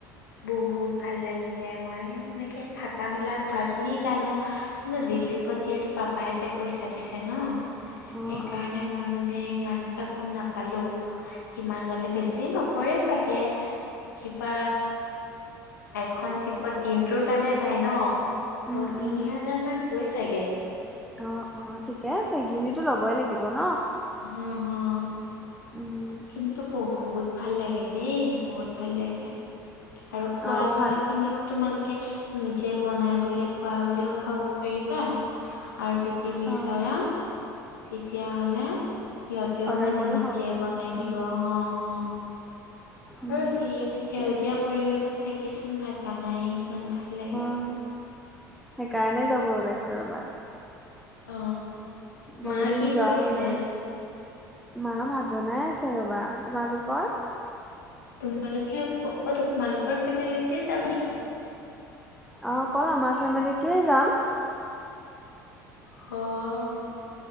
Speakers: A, on the left (about 75°); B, in the centre.
A: বহুত ভাল লাগিলে। মই এনেকে থাকা, মিলা, খোৱা খিনি জানো, কিন্তু জীপ-চিপত
B: উম,
A: যিহেতু পাপ বা হতে পইচা দিছে ন,
B: অ',
A: সেইকাৰণে
B: অ',
A: মই মানে ইমান- এটা গম নাপালো কিমান ল'লে, বেছি নপৰে চাগে। কিবা এখন জীপত দিনটোৰ কাৰণে যায় ন,
B: উম,
A: ত'
B: উম।
A: তিনি হাজাৰ মান হয় চাগে।
B: অঁহ', -অঁহ', - ঠিকে আছে। সেইখিনিতো ল'বই লাগিব ন।
A: উমঁ-উমঁ।
B: উম,
A: কিন্তু বহুত - ভাল লাগে দেই, বহুত ভাল লাগে। আৰু খোৱা-লোৱা
B: অ', ভাল
A: খিনিও তোমালোকে- নিজে বনাই পেলাইও খোৱা বুলিও খাব পাৰিবা, আৰু যদি বিচাৰা-
B: অ',
A: তেতিয়াহ'লে সিহঁতেও
B: অৰ্ডাৰ
A: মানে
B: কৰিও
A: নিজে-
B: খাব পাৰিম।
A: বনাই দিব
B: উম,
A: অঁহ', -অঁহ',।
B: উম,
A: অই' সেইয়া
B: ঠিকে
A: সেউজীয়া
B: আছে
A: পৰিৱেশত থাকিচোন জানাই কিমান ভাল লাগে।
B: উম। সেইকাৰণে যাব ওলাইছো ৰ'বা।
A: অ
B: বহু
A: মা
B: দিন
A: কি
B: যোৱাও
A: কৰিছে
B: নাই। মাঁ ভাত বনাই আছে ৰ'বা। তোমালোকৰ?
A: তোমালোকে, অকল তোমালোকৰ ফেমিলিটোৱে যাবা নেকি?
B: অঁহ', অকল আমাৰ ফেমিলিটোৱে যাম।
A: অহ'।